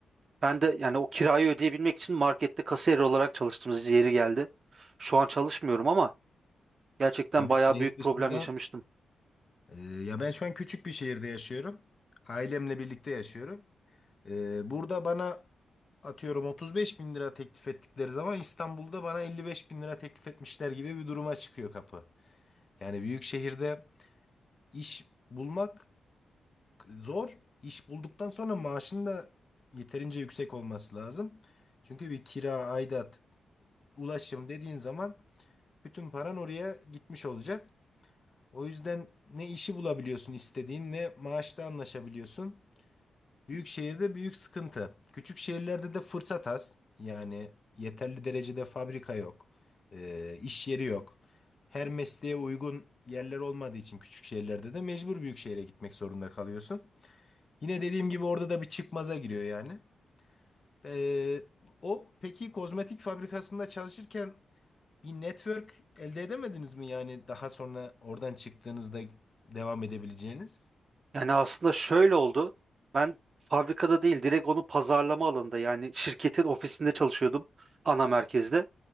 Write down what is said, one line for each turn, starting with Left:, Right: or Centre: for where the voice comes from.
Right: Ben de yani o kirayı ödeyebilmek için markette kasiyer olarak çalıştığımız yeri geldi. Şu an çalışmıyorum ama gerçekten
Left: Tabii
Right: bayağı
Left: şehir
Right: büyük
Left: dışında
Right: problem yaşamıştım.
Left: Ee, ya ben şu an küçük bir şehirde yaşıyorum. Ailemle birlikte yaşıyorum. Ee, burada bana atıyorum 35 bin lira teklif ettikleri zaman İstanbul'da bana 55 bin lira teklif etmişler gibi bir duruma çıkıyor kapı. Yani büyük şehirde iş bulmak zor. İş bulduktan sonra maaşın da yeterince yüksek olması lazım. Çünkü bir kira, aidat, ulaşım dediğin zaman bütün paran oraya gitmiş olacak. O yüzden ne işi bulabiliyorsun istediğin ne maaşta anlaşabiliyorsun. Büyük şehirde büyük sıkıntı. Küçük şehirlerde de fırsat az. Yani yeterli derecede fabrika yok. Ee, iş yeri yok. Her mesleğe uygun yerler olmadığı için küçük şehirlerde de mecbur büyük şehre gitmek zorunda kalıyorsun. Yine dediğim gibi orada da bir çıkmaza giriyor yani. Ee, o peki kozmetik fabrikasında çalışırken bir network elde edemediniz mi yani daha sonra oradan çıktığınızda devam edebileceğiniz?
Right: Yani aslında şöyle oldu. Ben fabrikada değil, direkt onu pazarlama alanında yani şirketin ofisinde çalışıyordum ana merkezde.